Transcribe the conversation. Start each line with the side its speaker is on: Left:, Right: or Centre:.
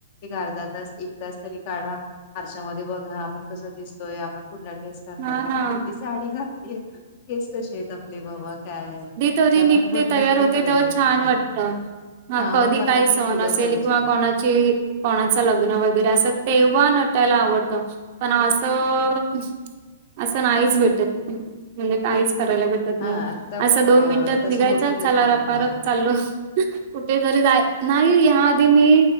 Left: एक अर्धा तास एक तास तरी काढा आरशामध्येध्ये बघा आपण कस दिसतोय आपण कुठला ड्रेस घातलाय
Right: हा ना
Left: आपण कुठली साडी घातलीय केस कशी आहेत आपले बाबा काय
Right: तरी
Left: ते आपण
Right: निघते
Left: बघितले
Right: तयार होते
Left: पाहिजेत
Right: तेव्हा छान
Left: हा
Right: वाटत हा कधी
Left: मग ते आपण
Right: काही सहन
Left: केलं
Right: असेल
Left: पाहिजे
Right: किंवा कोणाची कोणाचं लग्न वगैरे असं तेव्हा नटायला आवडतं पण असं असं नाहीच भेटत म्हणजे काहीच करायला भेट नाही
Left: हा आता
Right: असं दोन
Left: अ
Right: मिनिटात
Left: तसं
Right: निघायच
Left: होतय तर
Right: चला
Left: कारण
Right: रपारप
Left: हा
Right: चाललो कुठेेतरी जाय नाही याआधी मी